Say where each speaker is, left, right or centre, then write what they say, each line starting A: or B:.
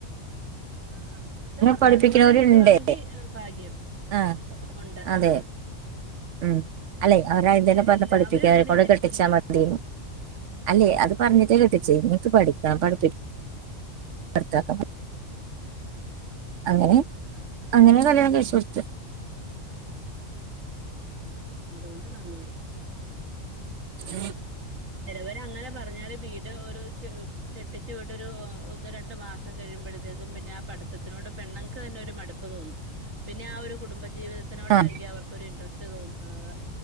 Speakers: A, on the right; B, on the right.
A: ആഹ് അങ്ങനത്തെ ഭർത്താക്കൻമാ
B: പഠിപ്പിക്കണവരുണ്ട്
A: മാരെ കിട്ടുവാണെങ്കി ഭാഗ്യം
B: ആ
A: ഒണ്ട്
B: അതെ
A: ആഹ്
B: ഉം അല്ലെ അവരെ ആദ്യം തന്നെ പറഞ്ഞ
A: എല്ലാവരും
B: പഠിപ്പിക്കാ അവരെക്കണ്ട്
A: അങ്ങനെ ആയിരിക്കൂലല്ലോ
B: കെട്ടിച്ചാ മതീന്ന് അല്ലെ അത് പറഞ്ഞിട്ടാ കെട്ടിച്ചേ
A: ഉം
B: ഇങ്ങക്ക് പഠിപ്പി <unintelligible> പഠിപ്പിക്കാ ഭർത്താക്കൻമാർ അങ്ങനെ
A: ആഹ്
B: അങ്ങനെ കല്യാണം കഴിച്ച് കൊടുത്തെ
A: ആഹ് അതുകൊണ്ട് നന്നായി
B: ഉം
A: ചെലവര് അങ്ങനെ പറഞ്ഞാലും വീട് ഒരു ചെ കെട്ടിച്ച് വിട്ടൊരു ഒ ഒന്ന് രണ്ടു മാസം കഴിയുമ്പോഴത്തേക്കും പിന്നെ ആ പഠിത്തത്തിനോട് പെണ്ണുങ്ങക്ക് തന്നെ ഒരു മടുപ്പ് പ്പ് തോന്നും പിന്നെ ആ ഒരു കുടുംബജീവിത ത്തിനോടയിരിക്കും
B: ആഹ്
A: അവർക്കൊരു ഇൻട്രസ്റ്റ് തോന്നണത്